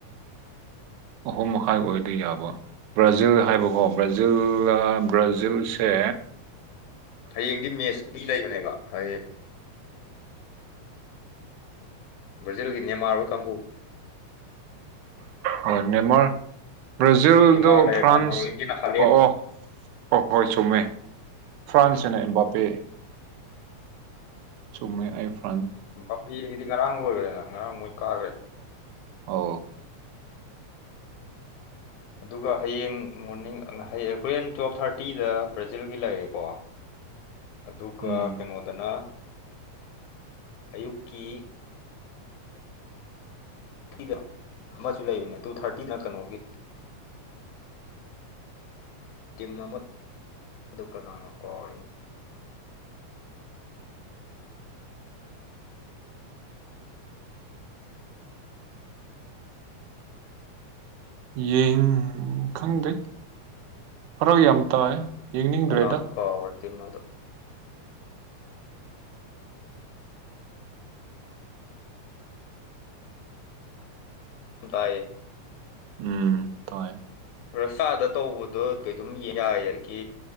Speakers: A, on the right; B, on the left.
A: ꯑꯍꯨꯝ ꯃꯈꯥꯏ ꯑꯣꯏꯕ ꯌꯥꯕ ꯕ꯭ꯔꯥꯖꯤꯜ ꯍꯥꯏꯕꯀꯣ ꯕ꯭ꯔꯥꯖꯤꯜ ꯕ꯭ꯔꯥꯖꯤꯜ ꯆ
B: ꯍꯌꯦꯡꯗꯤ ꯃꯦꯠꯁ ꯑꯗꯨ ꯂꯩꯕꯅꯦꯕ ꯍ ꯭ꯔꯥꯖꯤꯜꯒꯤꯅꯦ ꯃꯥꯔꯕ ꯀꯪꯒꯨ
A: ꯑ ꯅꯦꯃꯔ ꯕ꯭ꯔꯥꯖꯤꯜꯗꯣ
B: ꯅꯦꯃꯥꯔ ꯂꯩꯔꯦꯅ
A: ꯐ꯭ꯔꯥꯟꯁ
B: ꯅꯣꯔꯋꯦꯒꯤꯅ ꯍꯥꯂꯦꯟ
A: ꯑꯣ ꯑꯣ ꯍ ꯍꯣꯏ ꯆꯨꯝꯃꯦ ꯐ꯭ꯔꯥꯟꯁ ꯍꯥꯏꯅ ꯑꯦꯝꯕꯥꯄꯦ ꯁꯣ ꯃ ꯑꯥꯏꯐ
B: ꯕꯥꯄꯤꯗꯤ ꯉꯔꯥꯡ ꯂꯣꯏꯈ꯭ꯔꯦꯅ ꯉꯔꯥꯡ ꯃꯣꯏ ꯀꯥꯈ꯭ꯔꯦ
A: ꯑ
B: ꯑꯗꯨꯒ ꯍꯌꯦꯡ ꯃꯣꯔꯅꯤꯡꯡ ꯍꯣꯔꯦꯟ ꯇꯨꯌꯦꯜꯞ ꯊꯥꯔꯇꯤꯗ ꯕ꯭ꯔꯥꯖꯤꯜꯒꯤ ꯂꯩꯔꯦꯀꯣ <unintelligible> ꯑꯗꯨꯒ
A: ꯎꯝ
B: ꯀꯩꯅꯣꯗꯅ ꯑꯌꯨꯛꯀꯤ ꯇꯤꯗ ꯑꯃꯁꯨ ꯂꯩꯕꯅꯦ ꯇꯨ ꯊꯥꯔꯇꯤꯅ ꯀꯩꯅꯣꯒꯤ ꯀꯃ ꯑꯃꯗꯨꯀꯅꯥꯅ ꯀꯣꯅꯤ
A: ꯌꯦꯤꯡ ꯈꯪꯗꯦ ꯐꯔꯛ ꯌꯥꯝ ꯇꯥꯏ ꯌꯦꯡꯅꯤꯡꯗ꯭ꯔꯦꯗ
B: ꯀꯅꯥꯅ ꯀꯕ ꯇꯃ ꯑꯗꯨ ꯇꯥꯏꯌꯦ
A: ꯎꯝ ꯇꯥꯏ
B: ꯔꯁꯥꯗ ꯇꯧꯕꯗꯣ ꯀꯩꯗꯨꯝ ꯌꯦꯡ ꯌꯥꯔꯒꯦ